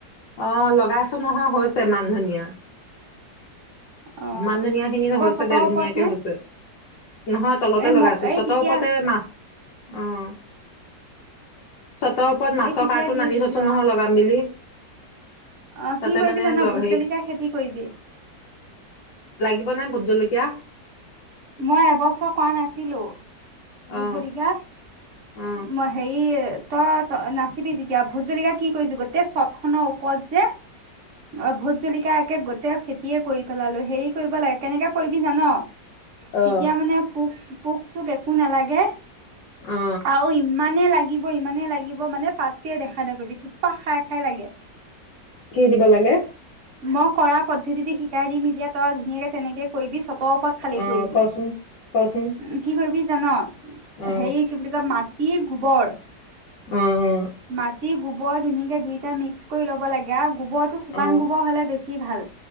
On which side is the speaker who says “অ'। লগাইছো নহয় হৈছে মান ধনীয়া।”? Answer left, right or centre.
Left